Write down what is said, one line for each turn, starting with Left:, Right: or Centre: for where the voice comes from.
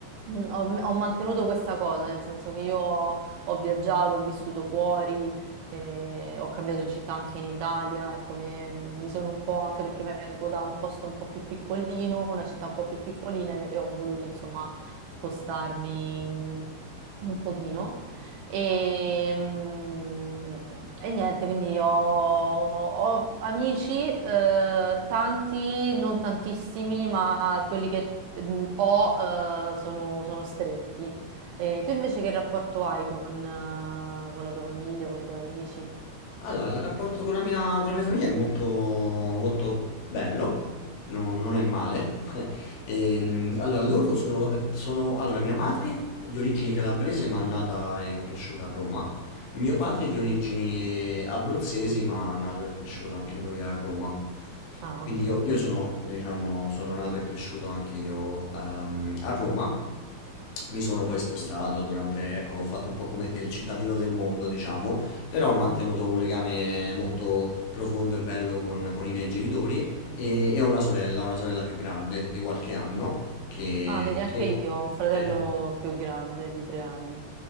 Right: Mm, Ho, ho mantenuto questa cosa, nel senso che io ho viaggiato, ho vissuto fuori, eh, ho cambiato città anche in Italia, ecco, mi, mi sono un po', anche perché vengo da un posto un po' più piccolino, una città un po' più piccolina e e ho voluto insomma spostarmi mm, un pochino. E, mm, e niente, quindi ho, ho amici, eh, tanti, non tantissimi, ma quelli che mm, o eh, sono, sono stretti. Eh, tu invece che rapporto hai con, eh, con la tua famiglia, con i tuoi amici?
Left: Allora, il rapporto con la mia, con la mia famiglia è molto, molto bello, no- non è male. <laughs> Ehm, allora, loro sono, vabbè, sono, allora, mia madre di origini calabrese ma nata e cresciuta a Roma, mio padre di origini abruzzesi ma nato e cresciuto anche lui a Roma.
Right: Ah,
Left: Quindi
Right: ok,
Left: io,
Right: quindi.
Left: io sono, diciamo, sono nato e cresciuto anche io ehm, a Roma. Mi sono poi spostato durante, ecco, ho fatto un po' come te il cittadino del mondo, diciamo però ho mantenuto un legame molto profondo e bello con, con i miei genitori e, e ho una sorella, una sorella più grande di qualche anno che...
Right: Ah, vedi, anche
Left: che-
Right: io ho un fratello
Left: eh,
Right: più grande di tre anni.